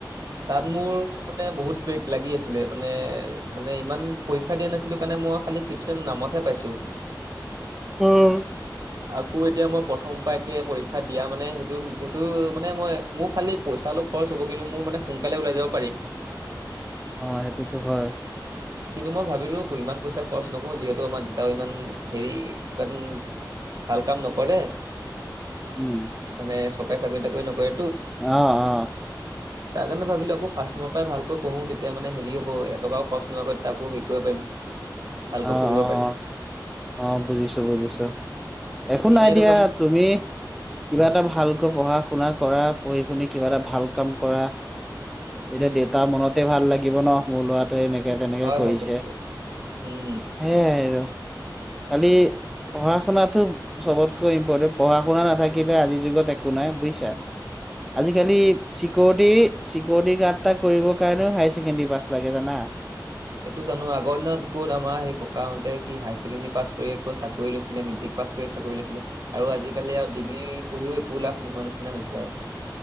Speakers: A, on the right; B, in the centre.
A: তাত মোৰ মানে বহুত ব লাগি আছিলে মানে মানে ইমান পৰীক্ষা দিয়া নাছিলো কাৰণে মই খাল ফিফেম নামতহে। পাইছো।
B: উম।
A: আকৌ এতিয়া মই প্ৰথম পাকে পৰীক্ষা দিয়া মানে সেইটো সেইটো মানে মই মোৰ খালি পইচা। অলপ খৰচ হ'ব কিন্তু মোৰ মানে সোনকালে ওলাই যাব পাৰিম।
B: অ সেইটোতো হয়।
A: কিন্তু মই ভাবিলো ইমান পইচা খৰচ নকৰো যিহেতু আমাৰ। ত ইমান হেৰি ইমান ভাল কাম নকৰে।
B: উম
A: মানে চৰকাৰী চাকৰি তাকৰি নকৰে।
B: আহ অ।
A: তাৰ কাৰণে ভাবিলোঁ আকৌ ফাৰ্ষ্টৰ পৰাই তাৰ কাৰণে ভাবিলো আকৌ ফাষ্ট ছেম পৰা ভালকৈ পঢ়ো তেতিয়া মানে হেৰি হ'ব এটকাও খৰচ নোৱাকৈ তাকো হেৰি কৰিব পাৰিম। ভালকৈ
B: অ
A: পঢ়িব
B: অ
A: পাৰিম।
B: অ বুজিছো বুজিছো।
A: উম,
B: একো
A: এনেই
B: নাই
A: এইটো
B: দিয়া
A: কাম
B: তুমি কিবা এটা ভালকৈ পঢ়া শুনা কৰা কৰি পিনে কিবা এটা ভাল কাম কৰা তেতিয়া
A: উম
B: দেউতা মনতে ভাল লাগ গীব নহ মো লোৱাটোৱে এনেকে তেনেকে
A: হয়
B: কৰিছে
A: হয় কথাটো। উম,
B: হেইাই আৰু খালি পঢ়া শুনাাতটো চবতকৈ ইম্পৰ্টেণ্ট পঢ়া শুনা নাথাকিলে আজিৰ যুগত একো নাই বুজিছা আজিকালি চিকৰিটি। চিকিউৰিটি গাৰ্ড এটা কৰিবৰ কাৰণেও হায়াৰ ছেকেণ্ডেৰী বাছ লাগে জানা।
A: সেইটো জানো আগৰ দিনৰুত আমাৰ সেই ককাাহঁতে সি হায়াৰ ছেকেণ্ডেৰী পাছ কৰি আৌ চাকৰি লৈছিলে মেট্ৰিক। পাছ কৰি চাকৰি লৈছিলে আৰু আজিকালি আৰু ডিগ্ৰী পঢ়িও একো লাভ নোহোৱা নিচিনা হৈছে আৰু।